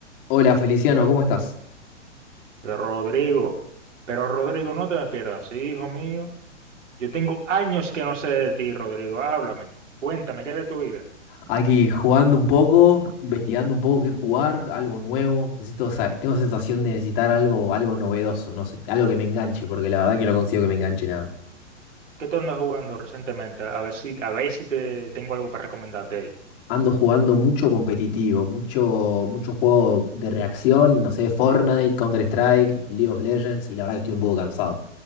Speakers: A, on the left (about 45°); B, on the right (about 80°).
A: Hola Feliciano, ¿cómo estás?
B: de Rodrigo. Pero Rodrigo, no te me pierdas, sí, hijo mío. Yo tengo años que no sé de ti, Rodrigo. Háblame, cuéntame, ¿qué es de tu vida?
A: Aquí jugando un poco, investigando un poco qué jugar, algo nuevo. Necesito, sa- tengo sensación de necesitar algo, algo novedoso, no sé, algo que me enganche, porque la verdad que no consigo que me enganche nada.
B: ¿Qué tú andas jugando recientemente? A ver si, a ver si te tengo algo para recomendarte ahí.
A: Ando jugando mucho competitivo, mucho, mucho juego de reacción, no sé, Fortnite, Counter-Strike, League of Legends, y la verdad que estoy un poco cansado